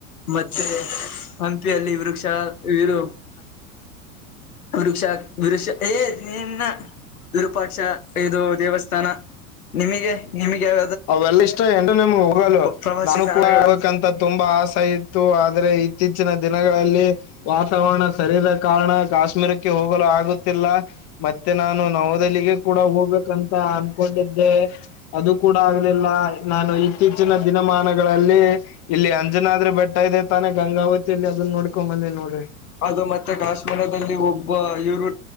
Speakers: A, on the left; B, on the left.
A: ಮತ್ತೆ ಹಂಪಿಯಲ್ಲಿ ವೃಕ್ಷ ಇರು
B: <inaudible>
A: ಕುಡುಷ ವಿರುಷ ಏ ನಿನ್ನ ವಿರೂಪಾಕ್ಷ ಇದು ದೇವಸ್ಥಾನ ನಿಮಗೆ ನಿಮಗ ಯಾ
B: ಅವೆಲ್ಲ ಇಷ್ಟ ಎಂಡ ನಿಮ ಹೋಗಲ್ಲ
A: ಪ್ರವಾಸಿ
B: ನಾನು
A: ತಾಣಗಳು
B: ಕೂಡ ಆಗ್ಬೇಕಂತ ತುಂಬಾ ಆಸೆ ಇ ತ್ತು ಆದ್ರೆ ಇತ್ತೀಚಿನ ದಿನಗಳಲ್ಲಿ ವಾತಾವರಣ ಸರಿದ ಕಾರಣ ಕಾಶ್ಮೀರಕ್ಕೆ ಹೋಗಲು ಆಗುತ್ತಿಲ್ಲ. ಮತ್ತೆ ನಾನು ನವದಲ್ಲಿಗೆ ಕೂಡ ಹೋಗ್ಬೇಕಂತ ಅನ್ಕೊಂಡಿದ್ದೆ. ಅದು ಕೂಡ ಆಗಲಿಲ್ಲ ನಾನು ಇತ್ತೀಚಿನ ದಿನಮಾನಗಳಲ್ಲಿ ಇಲ್ಲಿ ಅಂಜನಾದ್ರಿ ಬೆಟ್ಟ ಇದೆ ತಾನೇ ಗಂಗಾವತಿಯಲ್ಲಿ ಅದನ್ನ ನೋಡ್ಕೊಂಬಂದಿ ನೋಡ್ರಿ.
A: ಅದು ಮತ್ತೆ ಕಾಶ್ಮೀರದಲ್ಲಿ ಒಬ್ಬ ಇರು